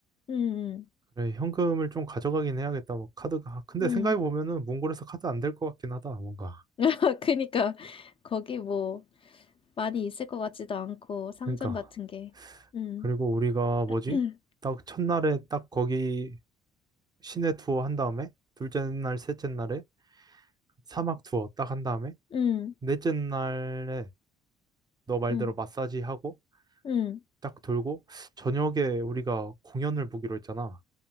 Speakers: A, on the left; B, on the right.
A: 응, 응,
B: 그래, 현금을 좀 가져가긴 해야겠다. 뭐, 카드가. 근데
A: 응.
B: 생각해보면은, 몽골에서 카드 안 될 것 같긴 하다, 뭔가.
A: <laughs> 그니까 거기 뭐 많이 있을 것 같지도 않고 상점
B: 그러니까.
A: 같은 게. 응,
B: 그리고
A: <clears throat>
B: 우리가 뭐지?
A: 응,
B: 딱 첫날에 딱 거기 시내 투어 한 다음에 둘째 날, 셋째 날에 사막 투어 딱 한 다음에
A: 응,
B: 넷째 날에 너 말대로
A: 응,
B: 마사지 하고
A: 응,
B: 딱 돌고 저녁에 우리가 공연을 보기로 했잖아.